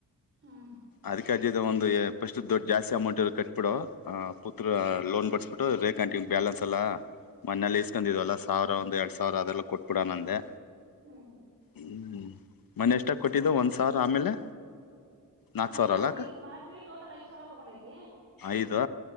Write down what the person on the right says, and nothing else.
ಹ್ಮ್
ಹ್ಮ್
ಅಣ
ಮಾಧ್
ಮಾಧ್ವಿ ಟೋಟಲ್ ಐದ ಸಾವಿರ ತಗೊಂಡೈತಿ